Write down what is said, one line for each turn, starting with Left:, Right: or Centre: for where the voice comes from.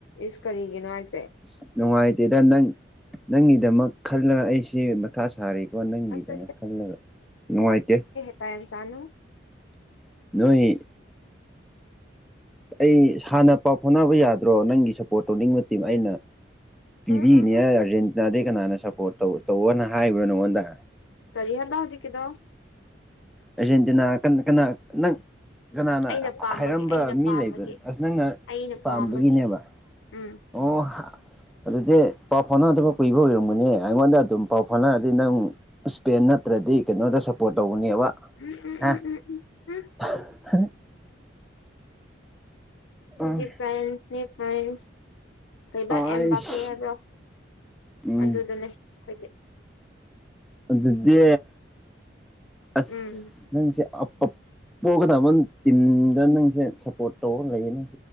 Left: ꯏꯁ ꯀꯔꯤꯒꯤꯅꯣꯉꯥꯏꯁꯦ
Centre: ꯑꯁ ꯅꯨꯡꯉꯥꯏꯇꯦꯗ ꯅꯪ ꯅꯪꯒꯤꯗꯃꯛ ꯈꯜꯂ ꯑꯩꯁꯦ ꯊꯥ ꯁꯥꯔꯤꯀꯣ ꯅꯪꯒꯤꯗꯃꯛ
Left: ꯑꯁ
Centre: ꯈꯜꯂꯒ ꯅꯨꯡꯉꯥꯏꯇꯦ
Left: ꯍꯩꯄ ꯌꯥꯝ ꯁꯥꯅꯨ
Centre: ꯅꯣꯏ ꯑꯩ ꯍꯥꯟꯅ ꯄꯥꯎ ꯐꯥꯎꯅꯕ ꯌꯥꯗ꯭ꯔꯣ ꯅꯪꯒꯤ ꯁꯄꯣꯔꯠ ꯇꯧꯅꯤꯡꯕ ꯇꯤꯝ ꯑꯩꯅ ꯄꯤꯕꯤꯅꯦ
Left: ꯎꯝ ꯎꯝ ꯎꯝ
Centre: ꯑꯥꯔꯖꯦꯟꯇꯤꯅꯥ ꯗꯤ ꯀꯅꯥꯅ ꯁꯄꯣꯔꯠ ꯇꯧ ꯇꯧꯑꯣꯅ ꯍꯥꯏꯕ꯭ꯔꯣ ꯅꯉꯣꯟꯗ
Left: ꯀꯔꯤ ꯍꯥꯏꯕ ꯍꯧꯖꯤꯛꯀꯤꯗꯣ
Centre: ꯑꯔꯖꯦꯟꯇꯤꯅꯥ ꯀꯟ ꯀꯅꯥ ꯅꯪ ꯀꯅꯥꯅ ꯍꯥ
Left: ꯑꯩꯅ ꯄꯥꯝꯕꯒꯤ
Centre: ꯍꯥꯏꯔꯝꯕ
Left: ꯑꯩꯅ
Centre: ꯃꯤ
Left: ꯄꯥꯝꯕꯒꯤ
Centre: ꯂꯩꯕ꯭ꯔꯥ ꯑꯁ ꯅꯪꯅ
Left: ꯑꯩꯅ
Centre: ꯄꯥꯝꯕꯒꯤꯅꯦꯕ
Left: ꯄꯥꯝꯕꯒꯤ ꯎꯝ
Centre: ꯑꯣ ꯍꯥ ꯑꯗꯨꯗꯤ ꯄꯥꯎ ꯐꯥꯎꯅꯗꯕ ꯀꯨꯏꯕ ꯑꯣꯏꯔꯝꯒꯅꯦ ꯑꯩꯉꯣꯟꯗ ꯑꯗꯨꯝ ꯄꯥꯎ ꯐꯥꯎꯅꯔꯗꯤ ꯅꯪ ꯏꯁꯄꯦꯟ ꯅꯠꯇ꯭ꯔꯗꯤ ꯀꯩꯅꯣꯗ ꯁꯞꯄꯣꯔꯠ ꯇꯧꯕꯅꯦꯕ
Left: ꯎꯝ ꯎꯝ ꯎꯝ
Centre: ꯍꯥ
Left: ꯎꯝ ꯎꯝ ꯎꯝ
Centre: <unintelligible> ꯎꯝ
Left: ꯑꯗꯨꯗꯒꯤ ꯐ꯭ꯔꯥꯟꯁꯅꯦ ꯐ꯭ꯔꯥꯟꯁ ꯀꯩꯕ
Centre: ꯑꯩꯁ
Left: ꯑꯦꯝ ꯕꯥ ꯄꯦ ꯍꯥꯏꯕ꯭ꯔꯣ
Centre: ꯎꯝ
Left: ꯑꯗꯨꯗꯅꯦ ꯍꯥꯏꯣꯏꯗꯤ
Centre: ꯑꯗꯨꯗꯤ ꯑꯁꯪꯁꯤꯦ
Left: ꯎꯝ
Centre: ꯑꯄꯄꯒꯗꯕꯟ ꯇꯤꯝꯗ ꯅꯪꯁꯦ ꯁꯞꯄꯣꯔꯠ ꯇꯧꯔ ꯂꯩꯌꯦ ꯅꯪ